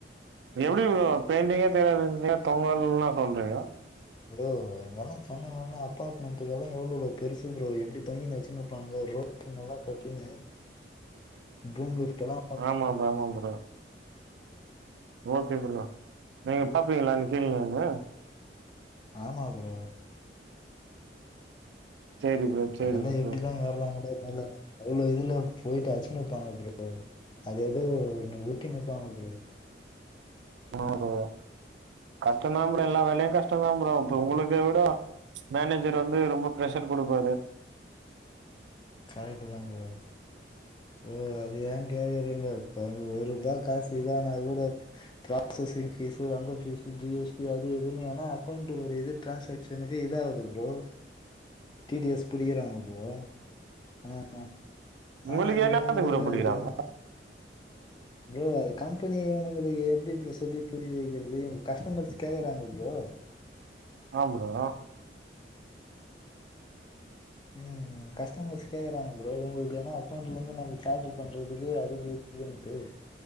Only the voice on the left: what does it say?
ப்ரோ எங்கெல்லா சென்னையிலலா அபார்ட்மெண்ட்டு எல்லா எவ்ளோலோ பெருசு ஃப்ரோ எப்டி தொங்கினு அச்சுனு இருப்பாங்க ஃப்ரோ ரோ துண் எல்லா கட்டினு பூம் லிப்ட் எல்லா
ஆமா ப்ரோ
அதெல்லா
எப்டிதா ஏறாங்கலோ மேல அவ்ளோ இதுல போயிட்டு அச்சினு இருப்பாங்க ப்ரோ அது எதோ ஒன்னு உருட்டினு இருப்பாங்க ப்ரோ
கரெட்டுதா ப்ரோ ப்ரோ அது ஏன் கேக்கறீங்க இப்ப வந்து ஒரூபா காசு இது ஆனா கூட ப்ராசஸிங் பீஸ்ஸு அந்த பீஸ்ஸு ஜி எஸ் டி அது இதுன்னு ஆனா அக்கவுண்ட்ல் ஒரு இது ட்ரான்சாக்க்ஷனுக்கு இது ஆவுது ப்ரோ டி டி எஸ் புடிக்கிறாங்க ப்ரோ ஆ
ஆனா
இவங்களுக்கு
அது என்ன ப்ரோ அது கம்பெனி இவனுங்களுக்கு எப்டி ப்ரோ சொல்லி புரிற வைக்கிறது எங்க கஸ்டமர்ஸ் கேக்கறாங்க ப்ரோ
ம் கஸ்டமர்ஸ் கேக்கறாங்க ப்ரோ இவுங்களுக்கு ஏன்னா அக்கௌண்ட்லருந்து நம்ம சார்ஜி பண்றதுக்கு அதுக்கு இதுக்குன்ட்டு